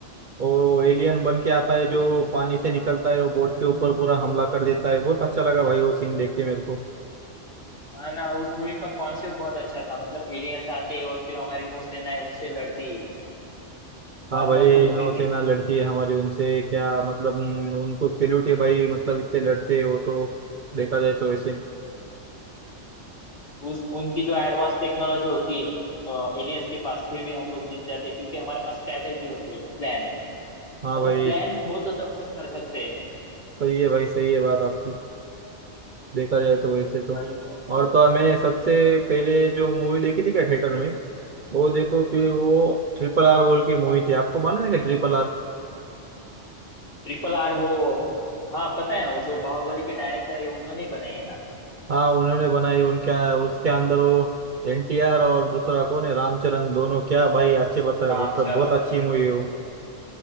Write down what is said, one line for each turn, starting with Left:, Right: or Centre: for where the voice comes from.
Right: वो एलियन बन के आता है
Left: उस
Right: जो पानी से निकलता है वो बोट के ऊपर पूरा हमला कर देता है बहुत अच्छा लगा भाई वो सीन देख के मेरे को
Left: है ना उस मूवी का कॉन्सेप्ट बहुत अच्छा था मतलब एलियंस आते हैं और फिर हमारी नौसेना है उनसे लड़ती है
Right: हाँ
Left: बहुत
Right: भाई
Left: मस्त मूवी
Right: नौसेना
Left: थी
Right: लड़ती है हमारे उनसे क्या मतलब हम्म, उनको सैल्यूट है भाई मतलब इतने लड़ते हो तो देखा जाए तो ऐसे
Left: उस उनकी जो एडवांस टेक्नोलॉजी होती है एलियंस के पास फिर भी हम लोग जीत जाते हैं क्योंकि हमारे पास स्ट्रेटेजी होती है प्लान
Right: हाँ
Left: मतलब
Right: भाई
Left: प्लान हो तो सब कुछ कर सकते हैं
Right: सही है भाई सही है बात आपकी देखा जाए तो वैसे तो
Left: वही तो
Right: और तो और मैंने सबसे पहले जो मूवी देखी थी क्या थिएटर में वो देखो फिर वो ट्रिपल आर बोल की मूवी थी आपको मालूम है क्या ट्रिपल आर
Left: ट्रिपल आर वो हाँ पता है ना वो जो बाहुबली के डायरेक्टर है उन्होंने ही बनाई है ना
Right: हाँ उन्होंने बनाई उनका उसके अंदर वो एनटीआर और दूसरा कौन है रामचरण दोनों क्या भाई अच्छे बताया
Left: रामचरण
Right: मतलब बहुत अच्छी मूवी है वो